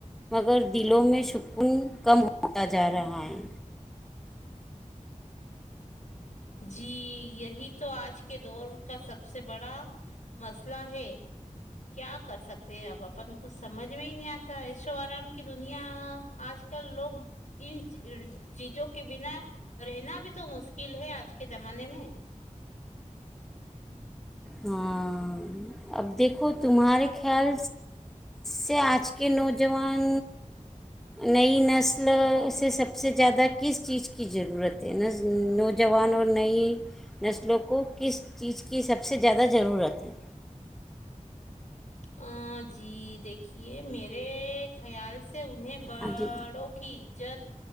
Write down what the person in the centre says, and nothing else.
مگر دلوں میں سکون کم ہوتا جا رہا ہے
ہاں اب دیکھو تمہارے خیال سے آج کے نو جوان نئی نسل سے سب سے زیادہ کس چیز کی ضرورت ہے نوجوان اور نئی نسلوں کو کس چیز کی سب سب سے زیادہ ضرورت ہے
ہاں جی